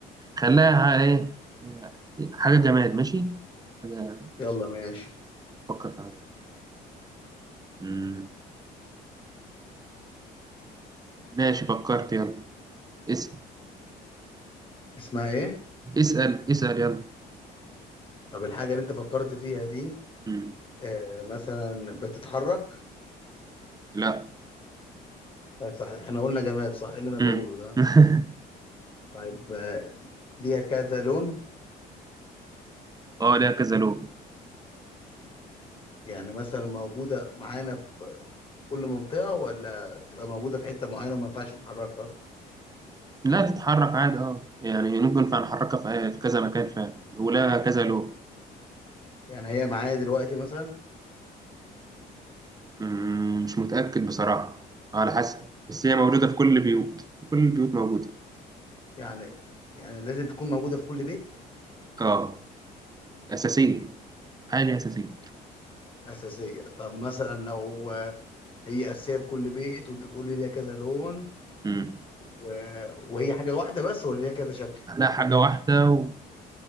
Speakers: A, on the right; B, on the left.
A: خليها ع- ايه آه، حاجه جماد ماشي حاجه
B: يلا ماشي
A: افكر في حاجه امم ماشي فكرت يلا اسال
B: اسمها ايه
A: اسال اسال يلا
B: طب الحاجة اللي انت فكرت فيها دي
A: امم
B: آه مثلا بتتحرك
A: لا
B: آه صح احنا قلنا جماد صح إيه اللي انا بقوله
A: امم
B: ده
A: <laughs>
B: طيب آه ليها كذا لون
A: اه ليها كذا لون
B: يعني مثلا موجودة معانا في كل منطقة ولا بتبقى موجودة في حتة معينة وما ينفعش نحركها
A: لا تتحرك عادي اه يعني ممكن فنحركها في في كذا مكان فعلا ولها كذا لون
B: يعني هي معايا دلوقتي مثلا
A: مم، مش متأكد بصراحة على حسب بس هي موجودة في كل البيوت في كل البيوت موجودة
B: يعني يعني لازم تكون موجودة في كل بيت
A: اه أساسية حاجة أساسية
B: أساسية طب مثلا لو هي أساسية في كل بيت وأنت تقول لي ليها كذا لون
A: امم
B: و... وهي حاجة واحدة بس ولا ليها كذا شكل
A: لا حاجة واحدة